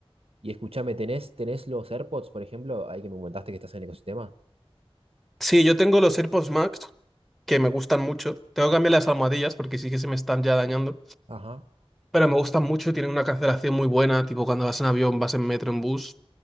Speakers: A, on the right; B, in the centre.
A: Y escúchame, ¿tenés, tenés los AirPods, por ejemplo? Ahí que me comentaste que estás en el ecosistema.
B: Sí, yo tengo los AirPods Max que me gustan mucho. Tengo que cambiar las almohadillas porque sí que se me están ya dañando,
A: Ajá.
B: pero me gustan mucho, tienen una cancelación muy buena, tipo cuando vas en avión, vas en metro, en bus,